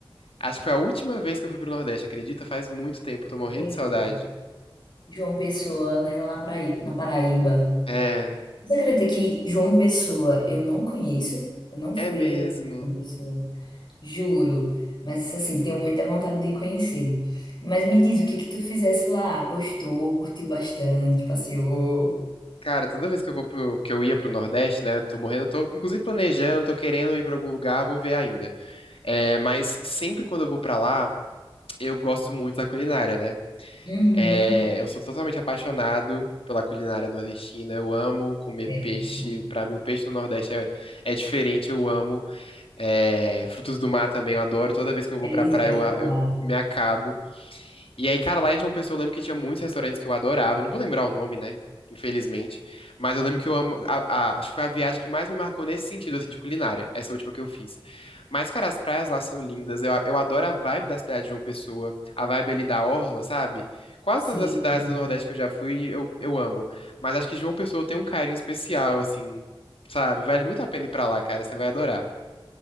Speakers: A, on the left; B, on the left.
A: Acho que foi a última vez que eu fui pro Nordeste, acredita? Faz muito tempo, tô morrendo
B: acredito.
A: de saudade.
B: João Pessoa, né, lá na Praí- na Paraíba.
A: É,
B: Você acredita que João Pessoa eu não conheço? Eu não fui
A: é mesmo.
B: aí em João Pessoa. Juro, mas assim, tenho muita vontade de conhecer. Mas me diz, o que que tu fizesse lá? Gostou, curtiu bastante, passeou?
A: Cara, toda vez que eu vou pro, que eu ia pro Nordeste, né, tô morrendo, tô inclusive planejando, tô querendo ir pra algum lugar, vou ver ainda. É, mas sempre quando eu vou pra lá, eu gosto muito da culinária, né?
B: Uhum.
A: É, eu sou totalmente apaixonado pela culinária nordestina. Eu amo comer
B: É,
A: peixe.
B: bom,
A: Pra mim, o peixe do Nordeste é, é diferente. Eu amo. É, frutos do mar também. Eu adoro. Toda vez que eu vou
B: é
A: pra
B: isso
A: praia,
B: que eu
A: eu,
B: ia falar.
A: eu me acabo. E aí, cara, lá em João Pessoa eu lembro que tinha muitos restaurantes que eu adorava. Não vou lembrar o nome, né? Infelizmente. Mas eu lembro que eu amo. a- a- acho que foi a viagem que mais me marcou nesse sentido, assim, de culinária. Essa última que eu fiz. Mas, cara, as praias lá são lindas. Eu, eu adoro a vibe da cidade de João Pessoa. A vibe ali da Orla, sabe? Quase
B: Sim,
A: todas as cidades
B: sim.
A: do Nordeste que eu já fui, eu, eu amo. Mas acho que João Pessoa tem um carinho especial, assim. Sabe? Vale muito a pena ir pra lá, cara. Você vai adorar.